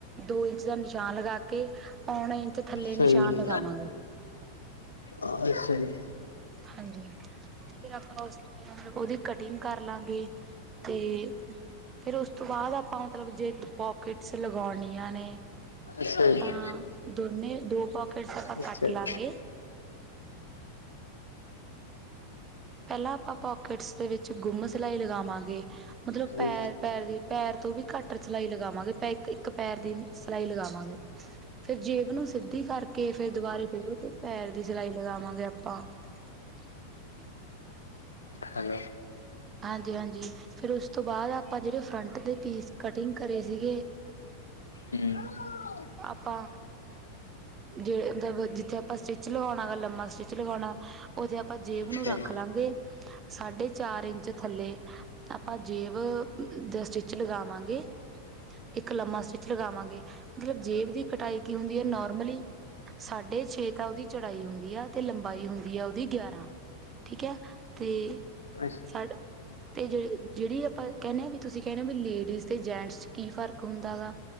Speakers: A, on the right; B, on the left.
A: ਦੋ ਇੰਚ ਦਾ ਨਿਸ਼ਾਨ ਲਗਾ ਕੇ ਪੌਣਾ ਇੰਚ ਥੱਲੇ
B: ਸਈ
A: ਨਿਸ਼ਾਨ
B: ਏ,
A: ਲਗਾਵਾਂਗੇ
B: ਅਛਾ ਜੀ।
A: ਹਾਂਜੀ, ਤੇ ਫਿਰ ਆਪਾਂ ਉਸਦੀ ਮਤਲਬ, ਓਦੀ ਕਟਿੰਗ ਕਰ ਲਾਂਗੇ। ਤੇ ਫੇਰ ਓਸ ਤੋਂ ਬਾਅਦ ਆਪਾਂ ਮਤਲਬ ਜੇ ਪੋਕਿਟਸ ਲਗੋਂਣੀਆਂ ਨੇ
B: ਅੱਛਾ ਜੀ,
A: ਹਾਂ, ਦੋਨੇ ਦੋ ਪੌਕੇਟਸ ਆਪ ਆਪਾਂ
B: ਅੱਛਾ
A: ਕੱਟ ਲਾਂਗੇ।
B: ਜੀ,
A: ਪੈਲਾਂ ਆਪਾਂ ਪਾਕਿਟਸ ਦੇ ਵਿੱਚ ਗੁੰਮ ਸਿਲਾਈ ਲਗਾਵਾਂਗੇ। ਮਤਲਬ
B: ਹੈਲੋ
A: ਪੈਰ
B: ਹੂੰ।
A: ਪੈਰ ਦੀ, ਪੈਰ ਤੋਂ ਵੀ ਘੱਟ ਚਲਾਈ ਲਗਾਵਾਂਗੇ ਪੈ ਇੱਕ ਪੈਰ ਦੀ ਸਿਲਾਈ ਲਗਾਵਾਂਗੇ। ਫੇਰ ਜੇਬ ਨੂੰ ਸਿੱਧੀ ਕਰਕੇ, ਫਿਰ ਦੁਬਾਰਾਂ ਫੇਰ ਉਹ ਪੈਰ ਦੀ ਸਿਲਾਈ ਲਗਾਵਾਂਗੇ ਆਪਾਂ। ਹ <inaudible>
B: ਹੈਲੋ।
A: ਹਾਂਜੀ-ਹਾਂਜੀ। ਫੇਰ ਉਸ ਤੋਂ ਬਾਅਦ ਆਪਾਂ ਜੇੜੇ ਫਰੰਟ ਦੇ ਪੀਸ ਕਟਿੰਗ ਕਰੇ ਸੀਗੇ
B: ਹੂੰ।
A: ਆਪਾਂ ਜੇੜੇ ਮਬ ਜਿੱਥੇ ਆਪਾਂ ਸਟਿਚ ਲਗਾਣਾ ਲੰਮਾ ਸਟਿਚ ਲਗਣਾ ਓਥੇ ਆਪਾਂ ਜੇਬ
B: ਅੱਛਾ
A: ਨੂੰ ਰੱਖ
B: ਜੀ,
A: ਲਾਂਗੇ, ਸਾਢੇ ਚਾਰ ਇੰਚ ਤੇ ਥੱਲੇ ਆਪਾਂ ਜੇਬ ਦਾ ਸਟਿੱਚ ਲਗਾਵਾਂਗੇ। ਇੱਕ ਲੰਮਾ ਸਟਿਚ ਲਗਾਵਾਂਗੇ, ਮਤਲਬ ਜੇਬ ਦੀ ਕਟਾਈ ਕੀ ਹੁੰਦੀ ਐ ਨੋਰਮਲੀ ਸਾਢੇ ਛੇ ਕਾਲ ਦੀ ਚੜਾਈ ਹੁੰਦੀ ਐ, ਤੇ ਲੰਬਾਈ ਹੁੰਦੀ ਐ ਓਦੀ ਗਿਆਰਾਂ ਠੀਕ ਐ ਤੇ
B: ਅੱਛਾ
A: ਛੱਡ ਤੇ ਜ ਜੇੜੀ ਆਪਾਂ ਕੈਣੇ ਆ ਵੀ, ਤੁਸੀਂ ਕੈਣੇ ਓ ਵੀ ਲੇਡੀਜ਼ ਤੇ ਜੈਂਟਸ ਚ ਕੀ ਫਰਕ ਹੁੰਦਾ ਵਾ